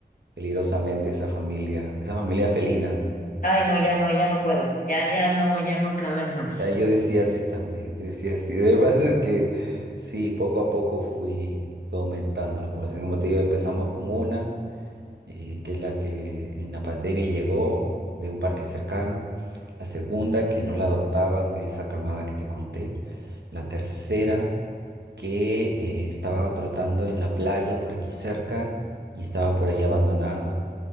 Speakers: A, on the right (about 75°); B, on the left (about 50°).
A: peligrosamente esa familia, esa familia felina.
B: Ay, no, ya no, ya no puedo. Ya, ya no, ya no caben más.
A: Ya yo decía así también, yo decía así. Lo que pasa es que sí, poco a poco fui, fue aumentando la población. Como te digo, empezamos con una. eh, que es la que en la pandemia llegó de un parque cercano. La segunda, que no la adoptaban de esa camada que te conté. La tercera, que eh, estaba trotando en la playa por aquí cerca y estaba por allá abandonada.